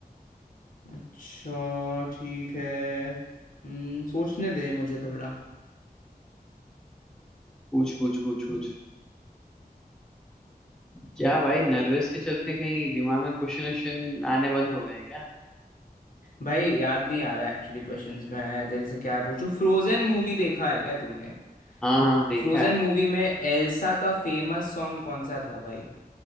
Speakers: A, on the left; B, in the centre.
A: अच्छा ठीक है हम्म, सोचने दे मुझे थोड़ा
B: पूछ पूछ पूछ पूछ क्या भाई नर्वस के चलते कहीं दिमाग में क्वेश्चन वोश्चन आने बंद हो गए हैं क्या
A: भाई याद नहीं आ रहा एक्चुअली क्वेश्चंस मैं तेरे से क्या पूछूं फ्रोजन मूवी देखा है क्या तूने
B: हाँ हाँ देखा
A: फ्रोजन
B: है
A: मूवी में एल्सा का फेमस सॉन्ग कौन सा था भाई